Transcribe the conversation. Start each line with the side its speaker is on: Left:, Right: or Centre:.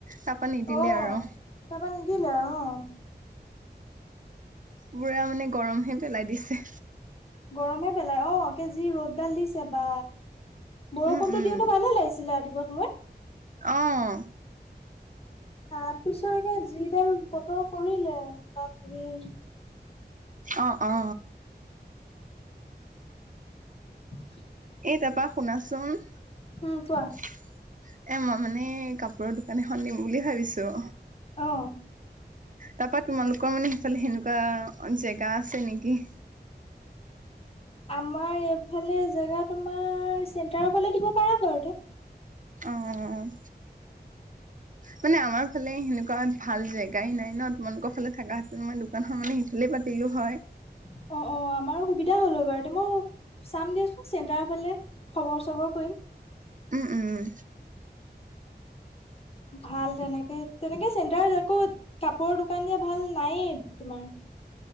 Right: তাপা নিদিলে
Left: অ' তাৰাপা
Right: আৰু
Left: নিদিলে আৰু অ'।
Right: পুৰা মানে গৰমহে পেলাই দিছে।
Left: গৰমহে পেলাই অকে যি ৰ'দডাল দিছে বা। বৰষুণটো
Right: উম উম
Left: দিওঁতে ভালে লাগিছিলে ৰাতিপুৱা সময়ত।
Right: অ'।
Left: তাৰ পিছলৈকে যিডাল বতৰ কৰিলে। বাপৰে
Right: অ', অ'।
Left: <inaudible>
Right: এই তাৰপা শুনাচোন এ
Left: উম কোৱা
Right: মই মানে এই কাপোৰৰ দোকান এখন দিম বুলি ভাবিছোঁ।
Left: অ'।
Right: তাৰপা তোমালোকৰ মানে সেইফালে সেনেকুৱা জেগা আছে নেকি
Left: আমাৰ এইফালে জেগা তোমাৰ চেণ্টাৰৰ ফালে দিব পাৰা বাৰু দে।
Right: অ'। মানে আমাৰ ফালে সেনেকুৱা। ভাল জেগাই নাই ন তোমালোকৰ ফালে থাক হাতত মই দোকানখন মানে সিফালে পাতিলো হয়।
Left: অ', অ' আমাৰো সুবিধা হ'ল হয় বাৰু তেমো চামগেচোন চেণ্টাৰ ফালে খবৰ চবৰ কৰিম।
Right: উম উম।
Left: ভাল তেনেকে তেনেকে চেণ্টাৰত আকৌ কাপোৰ দুকান দিয়া ভাল নায়ে তোমাৰ।